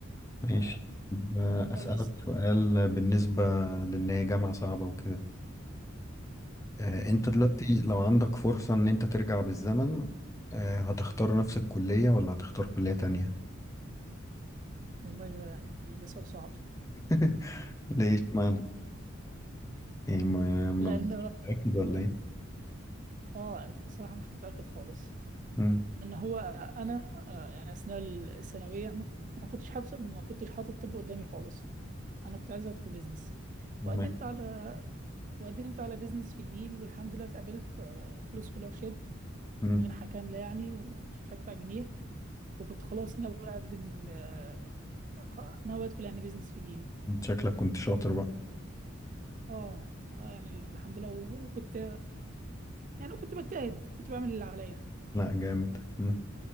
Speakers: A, on the left; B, on the right.
A: ماشي
B: ف...
A: طب آه،
B: فبس
A: اسالك سؤال بالنسبه لان هي جامعه صعبه وكده آه، انت
B: آه،
A: دلوقتي لو عندك فرصه ان انت ترجع بالزمن آه، هتختار نفس الكليه ولا هتختار كليه تانية
B: والله ده يعني ده سؤال صعب
A: <laughs> ليه اشمعنى ايه ما ما-
B: لان
A: مش متأكد ولا ايه
B: اه بصراحه مش متاكد خالص
A: مم.
B: ان هو انا آه، يعني اثناء الثانويه ما ما كنتش حاطط ما كنتش حاطط طب قدامي خالص انا كنت عايزه ادخل بيزنس
A: مم.
B: وقدمت على وقدمت على بيزنس في النيل والحمد لله اتقابلت فول سكولارشيب
A: مم.
B: بمنحه كامله يعني ومش هدفع جنيه وكنت خلاص ناوي اقدم آه، خ- ناوي ادخل يعني بيزنس في النيل
A: انت شكلك كنت شاطر بقى
B: اه اه يعني الحمد لله وكنت يعني كنت بجتهد كنت بعمل اللي عليا
A: لا جامد مم.